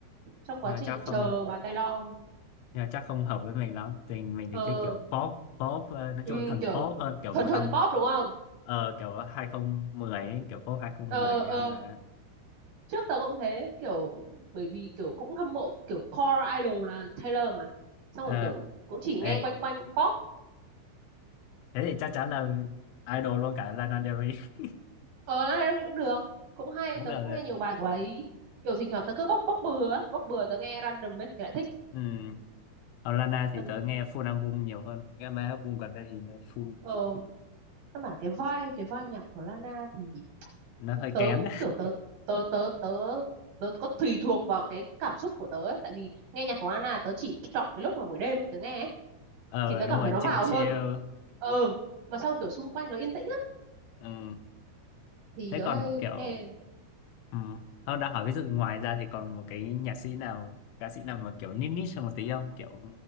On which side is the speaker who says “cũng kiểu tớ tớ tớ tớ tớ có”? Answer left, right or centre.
Right